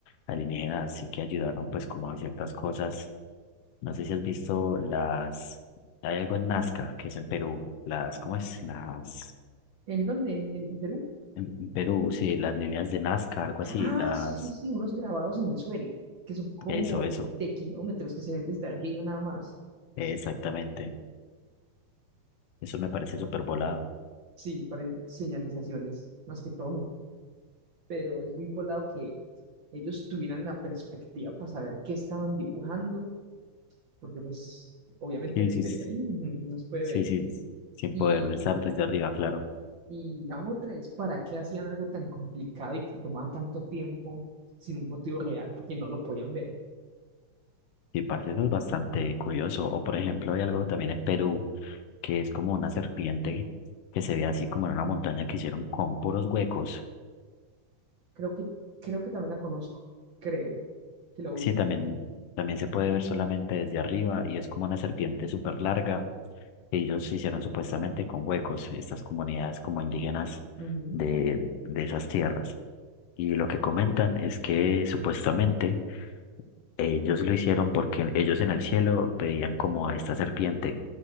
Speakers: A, on the left; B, on the right.
A: alienígenas sí que ayudaron pues como a ciertas cosas. No sé si has visto las, hay algo en Nazca, que es en Perú, las, ¿cómo es? Las,
B: ¿En dónde? ¿En, en- en Perú?
A: en en Perú, sí, las líneas de Nazca, algo así,
B: Ah,
A: las,
B: sí, sí, sí, unos grabados en el suelo, que son como
A: eso, eso.
B: de kilómetros que se ven desde arriba nada más.
A: Exactamente. Eso me parece súper volado.
B: Sí, para señalizaciones, más que todo. Pero es muy volado que ellos tuvieran la perspectiva para saber qué estaban dibujando, porque pues obviamente
A: Sí,
B: desde
A: sí, s-
B: ahí mm, no se puede
A: sí,
B: ver.
A: sí. s- Sin
B: Y,
A: poder estar desde arriba, claro.
B: y la otra es para qué hacían algo tan complicado y que tomaba tanto tiempo sin un motivo real, porque no lo podían ver.
A: Y parece eso es bastante curioso. O por ejemplo, hay algo también en Perú que es como una serpiente que se ve así como en una montaña que hicieron con puros huecos.
B: Creo que, creo que también la conozco, creo que la ubico.
A: Sí, también, también se puede ver solamente desde arriba y es como una serpiente súper larga. que Ellos hicieron supuestamente con huecos estas comunidades como indígenas
B: Ujú.
A: de, de esas tierras. Y lo que comentan es que supuestamente Ellos lo hicieron porque ellos en el cielo veían como a esta serpiente